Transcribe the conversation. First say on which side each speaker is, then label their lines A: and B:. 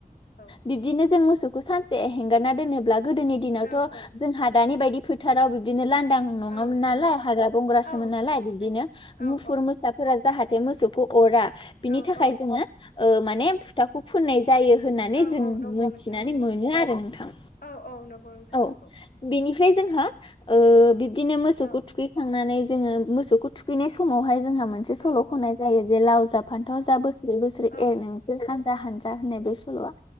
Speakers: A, on the left; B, on the left.
A: औ
B: बिब्दिनो जों मोसौ खौ सानसे हेंगारना दोनोब्ला गोदोनि दिनावथ
A: औ औ
B: जों दानि बायदि फोथाराव बिदिनो लान लांदां नङामोन
A: औ
B: नालाय
A: औ
B: हाग्रा बंग्रासोमोन
A: औ नंगौ
B: नालाय
A: नोंथां
B: बिबदिनो
A: औ
B: मुफुर
A: औ
B: मोसाफोरा जाहाथे मोसौ खौ अरा बिनि
A: औ
B: थाखाय
A: औ
B: जोङो ओ माने फुथाखौ फुननाय जायो होननानै
A: औ
B: जों
A: औ नंगौ
B: मिथिनानै
A: नोंथां नंगौ
B: मोनो आरो नोंथां।
A: औ औ नंगौ नोंथां
B: औ
A: नंगौ
B: बेनिफ्राय
A: औ
B: जोंहा ओ बिब्दिनो मोसौखौ
A: औ
B: थुखैखांनानै जोङो मोसौखौ थुखैनाय समावहाय जोंहा मोनसे सल'
A: औ
B: खननाय
A: औ
B: जायो जे लाव जा फान्थाव जा बोसोरै बोसोरै
A: औ
B: एर नोंसोर हानजा हानजा होननाय बे सल'वा।